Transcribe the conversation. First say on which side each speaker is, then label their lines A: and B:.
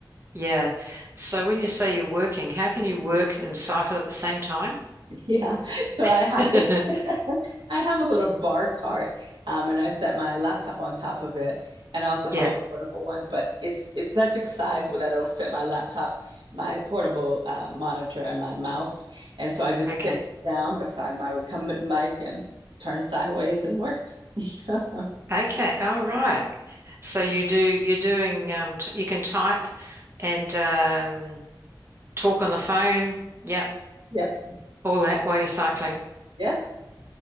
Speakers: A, on the right; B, on the right.
A: Yeah. So when you say you're working, how can you work and cycle at the same time?
B: Yeah. So
A: <laughs>
B: I have I have a little bar cart, um, and I set my laptop on top of it, and I also have
A: Yeah.
B: a portable one. But it's it's such a size where that it'll fit my laptop, my portable uh, monitor, and my mouse, and so I just
A: Okay.
B: sit down beside my recumbent bike and turn sideways and work. <laughs>
A: Okay. All right. So you do you're doing um t you can type and um talk on the phone. Yeah,
B: Yep.
A: all that while you're cycling.
B: Yeah,